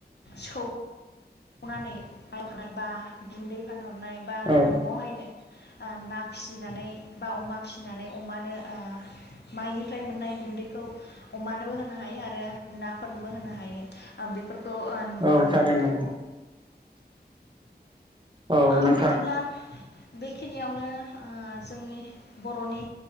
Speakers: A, on the left (about 75°); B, on the right (about 30°).
A: सौ <unintelligible> नानै माइ <unintelligible> बा गुन्दै फानहरनाय बा
B: औ
A: न'आवहायनो ओ ना फिसिनानै बा अमा फिसिनानै अमानो ओ माइनिफ्राय मोननाय गुन्दैखौ अमानोबो होनो हायो आरो नाफोरनोबो होनो हायो ओ बेफोरखौ खौ ओ नुनो
B: औ
A: मोनो
B: थारैनो
A: नोंथां।
B: नंगौ औ
A: ओ
B: नोंथां
A: बिदिब्ला बेखिनियावनो ओ जों नि बर'नि